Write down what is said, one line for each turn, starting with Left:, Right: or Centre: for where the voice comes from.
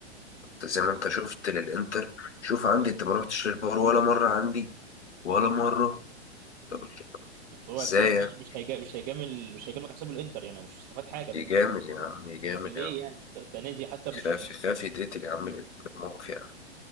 Left: أنت زي ما أنت شفت للإنتر شوف عندي أنت ما رحتش للفار ولا مرة عندي ولا مرة طب أنت
Right: بس هو
Left: إزاي
Right: اكيد
Left: يعني
Right: يعني مش هيجا مش هيجامل مش هيجاملك حساب الانتر يعني مش هستفاد حاجه من
Left: يجامل يا عم يجامل
Right: اصل ليه
Left: يا عم
Right: يعني انت أنت نادي حتى مش
Left: خاف يخاف يتقتل يا عم الموقف يعني